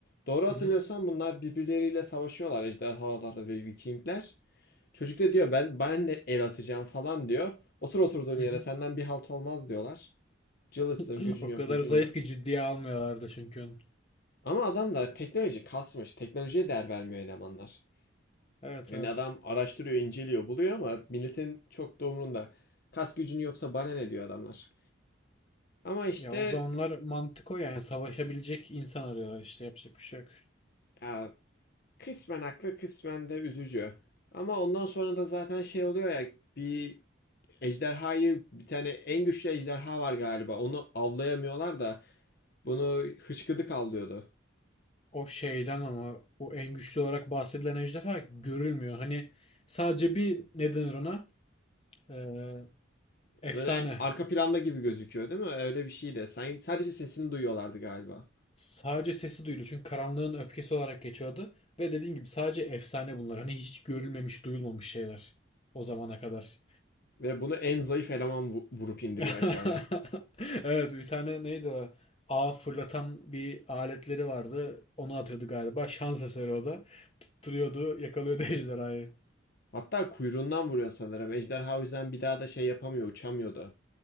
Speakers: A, on the left; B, on the left.
A: doğru hatırlıyorsam
B: Hı hı.
A: bunlar birbirleriyle savaşıyorlar ejderhalarla ve Vikingler. Çocuk da diyor ben ben de el atacağım falan diyor. Otur oturduğun
B: Hı
A: yere
B: hı.
A: senden bir halt olmaz diyorlar. Cılızsın,
B: <laughs>
A: gücün
B: O
A: yok,
B: kadar
A: gücün
B: zayıf
A: yok.
B: ki ciddiye almıyorlardı çünkü. onu.
A: Ama adam da teknoloji kasmış. Teknolojiye değer vermiyor elemanlar.
B: Evet
A: Yani
B: evet.
A: adam araştırıyor, inceliyor, buluyor ama milletin çok da umrunda. Kas gücün yoksa bana ne diyor adamlar. Ama işte
B: Ya o zamanlar mantık o yani savaşabilecek insan arıyorlar işte yapacak bir şey yok.
A: ya, kısmen haklı, kısmen de üzücü. Ama ondan sonra da zaten şey oluyor ya bir ejderhayı bir tane en güçlü ejderha var galiba. Onu avlayamıyorlar da Bunu hıçkıdık avlıyordu.
B: O şeyden ama o en güçlü olarak bahsedilen ejderha görülmüyor. Hani sadece bir ne denir ona? Ee,
A: Böyle
B: efsane.
A: arka planda gibi gözüküyor değil mi? Öyle bir şeydi. Sen, sadece sesini duyuyorlardı galiba.
B: Sadece sesi duyuluyor çünkü karanlığın öfkesi olarak geçiyordu. Ve dediğim gibi sadece efsane bunlar. Hani hiç görülmemiş, duyulmamış şeyler o zamana kadar.
A: Ve bunu en zayıf eleman vu- vurup indiriyor
B: <laughs>
A: aşağıya.
B: Evet bir tane neydi o? Ağ fırlatan bir aletleri vardı. Onu atıyordu galiba. Şans eseri o da. Tutturuyordu, yakalıyordu <laughs> ejderhayı.
A: Hatta kuyruğundan vuruyor sanırım. Ejderha o yüzden bir daha da şey yapamıyor, uçamıyordu.